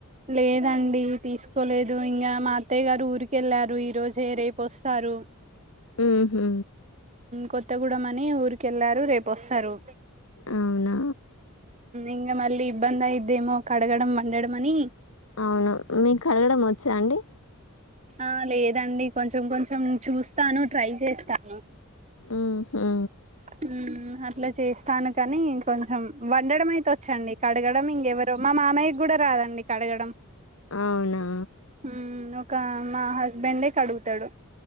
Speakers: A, on the right (about 35°); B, on the left (about 70°).
A: లేదండి తీసుకోలేదు ఇంగ మా అత్తయ్య గారు ఊరికి వెళ్ళారు ఈ రోజె రేపు వస్తారు.
B: ఉ హు
A: కొత్తగూడెం అని ఊరికి వెళ్లారు రేపొస్తారు.
B: అవున
A: ఇంగ మళ్లీ ఇబ్బందయి ఇదేమో కడగడం వండడం అని
B: అవును మీకు కడగడం వచ్చా అండి.
A: ఆ లేదండి కొంచెం కొంచెం చూస్తాను ట్రై చేస్తాను.
B: ఉ హు
A: మ్ అట్లే చేస్తాను కానీ, కొంచెం వండడం అయితే వచ్చండి. కడగడం ఇంగేవరు మా మామ కూడ రాదండి కడగడం
B: అవునా
A: ఉ ఒక మా హస్బెండే కడుగుతాడు